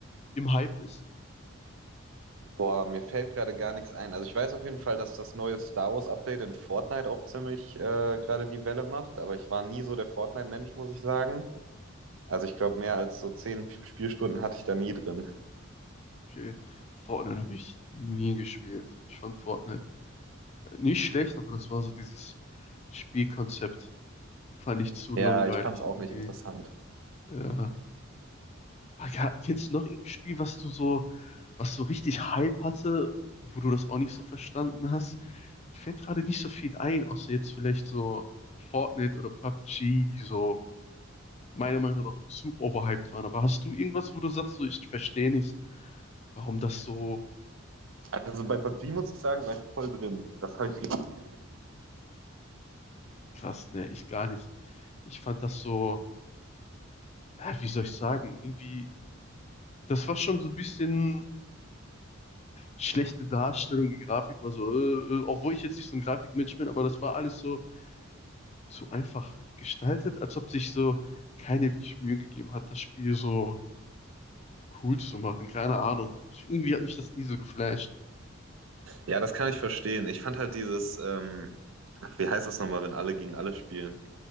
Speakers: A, on the left (about 30°); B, on the right (about 70°).
A: im Hype ist?
B: Boah, mir fällt gerade gar nichts ein. Also ich weiß auf jeden Fall, dass das neue Star Wars Update in Fortnite auch ziemlich äh, gerade die Welle macht, aber ich war nie so der Fortnite-Mensch, muss ich sagen. Also ich glaube, mehr als so zehn Spielstunden hatte ich da nie drin.
A: Okay, Fortnite habe ich nie gespielt. Ich fand Fortnite äh, nicht schlecht, aber das war so dieses Spielkonzept. Fand ich zu langweilig
B: Ja, ich fand es auch
A: irgendwie.
B: nicht interessant.
A: Ja. Ah, ja, kennst du noch irgendein Spiel, was du so, was so richtig Hype hatte, wo du das auch nicht so verstanden hast? Mir fällt gerade nicht so viel ein, außer jetzt vielleicht so Fortnite oder PUBG, die so meiner Meinung nach zu overhyped waren. Aber hast du irgendwas, wo du sagst, so, ich verstehe nicht, warum das so
B: Also bei PUBG muss ich sagen, war ich voll drin. Das habe ich richtig geliebt.
A: krass, ne, ich gar nicht. Ich fand das so, ja, wie soll ich sagen, irgendwie, das war schon so ein bisschen schlechte Darstellung, die Grafik war so, äh, äh, obwohl ich jetzt nicht so ein Grafikmensch bin, aber das war alles so, so einfach gestaltet, als ob sich so keine wirklich Mühe gegeben hat, das Spiel so cool zu machen. Keine Ahnung. Ich, irgendwie hat mich das nie so geflasht.
B: Ja, das kann ich verstehen. Ich fand halt dieses, ähm, ach, wie heißt das nochmal, wenn alle gegen alle spielen?